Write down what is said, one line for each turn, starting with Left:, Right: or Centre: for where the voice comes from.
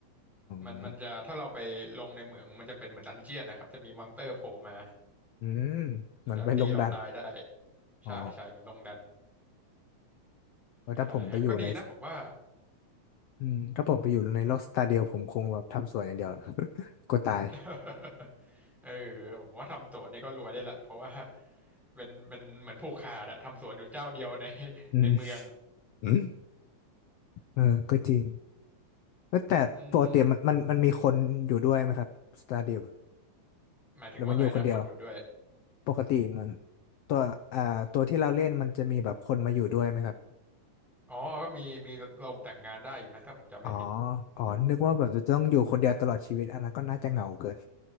Left: อืม
Centre: มันมันจะถ้าเราไปลงในเหมืองมันจะเป็นเหมือนดันเจี้ยนนะครับจะมีมอนสเตอร์โผล่มา
Left: อืมมันไปลงดัน
Centre: แล้วตีเราตายได้ใช่ใช่เหมือนลงดัน
Left: อ๋อว่าถ้าผมไปอยู่ใน
Centre: ใช่ฮะก็ดีนะผมว่า
Left: อืมถ้าผมไปอยู่ในโลกสตาเดียวผมคงแบบทำสวยอย่างเดียว <laughs> กลัวตาย
Centre: <laughs> เออผมว่าทำสวนนี่ก็รวยได้ละเพราะว่าเป็นเป็นเหมือนผูกขาดอะทำสวนอยู่เจ้าเดียวใน
Left: อืม
Centre: ในเมือง
Left: อืมเออก็จริงเอ้ยแต่ปกติมันมันมันมีคนอยู่ด้วยไหมครับสตาเดียว
Centre: อืมหมายถึงว่าไงนะคนอยู่ด้วย
Left: หรือมันอยู่คนเดียว ปกติมันตัวอ่าตัวที่เราเล่นมันจะมีแบบคนมาอยู่ด้วยไหมครับ
Centre: อ๋อก็มีมีเราแต่งงานได้อยู่นะถ้าผมจำไม่ผิด
Left: อ๋ออ๋อนึกว่าแบบจะต้องอยู่คนเดียวตลอดชีวิตอันนั้นก็น่าจะเหงาเกิน